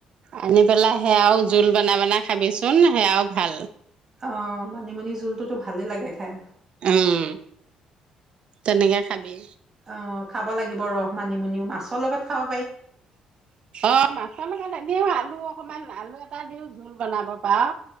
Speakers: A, on the right; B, on the right.
A: আনি পেলাই সেয়াও জোল বন বনাই খাবিচোন সেয়াও ভাল
B: অঁ মানিমুনি জোলটোতো ভালেই লাগে খাই
A: উম তেনেকে খাবি
B: অ খাব লাগিব ৰ মানিমুনিও মাছৰ লগত খাওঁ
A: অ মাছ মা এনে আলু ত অকমান আলু এটা দিও জোল বনাব পাৰ